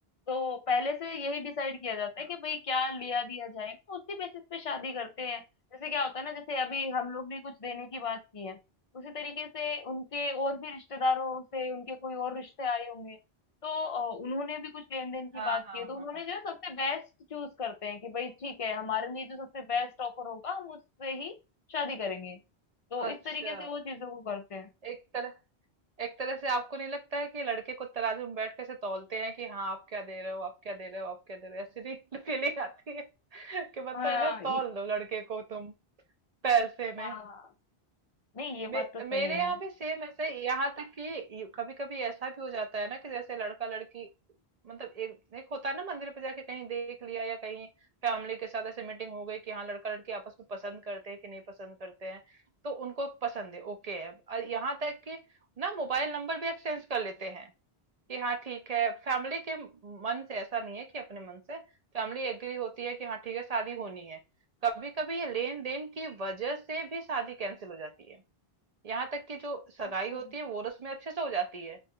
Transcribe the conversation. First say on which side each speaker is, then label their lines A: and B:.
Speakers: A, on the left; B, on the right.
A: तो पहले से यही डिसाइड किया जाता
B: हाँ
A: है कि भाई क्या लिया दिया जाएगा तो उसी बेसिस पे शादी करते हैं जैसे क्या होता है ना जैसे अभी हम लोग ने कुछ देने की बात की है उसी तरीके से उनके और भी रिश्तेदारों से उनके कोई और रिश्ते आए होंगे तो अ, उन्होंने भी कुछ लेन देन की
B: हाँ
A: बात
B: हाँ
A: की है तो उन्होंने
B: हाँ हाँ
A: जो है सबसे बेस्ट चूज करते हैं कि भाई ठीक है हमारे लिए जो सबसे बेस्ट ऑफर होगा हम उससे ही शादी करेंगे तो इस
B: अच्छा
A: तरीके से वो चीजों को करते हैं
B: एक तरह एक तरह से आपको नहीं लगता है कि लड़के को तराजू में बैठ के से तौलते हैं कि हाँ आप क्या दे रहे हो आप क्या दे रहे हो आप क्या दे रहे हो ऐसी नहीं <laughs> फीलिंग आती है कि मतलब
A: हाँ
B: एकदम तौल दो लड़के को तुम पैसे
A: हाँ
B: में
A: हाँ नहीं ये
B: मे,
A: बात तो सही
B: मेरे
A: है
B: यहाँ भी सेम ऐसे ही, यहाँ तक कि कभी कभी ऐसा भी हो जाता है ना कि जैसे लड़का लड़की मतलब एक एक होता है ना मंदिर पे जाके कहीं देख लिया या कहीं फैमिली के साथ ऐसे मीटिंग हो गई कि हाँ लड़का लड़की आपस में पसंद करते हैं कि नहीं पसंद करते हैं तो उनको पसंद है ओके है और यहाँ तक कि ना मोबाइल नंबर भी एक्सचेंज कर लेते हैं कि हाँ ठीक है फैमिली के मन से ऐसा नहीं है कि अपने मन से फैमिली एग्री होती है कि हाँ ठीक है शादी होनी है कभी कभी ये लेन देन की वजह से भी शादी कैंसिल हो जाती है यहाँ तक कि जो सगाई
A: हाँ, तो
B: होती है वो रस्में अच्छे से हो जाती है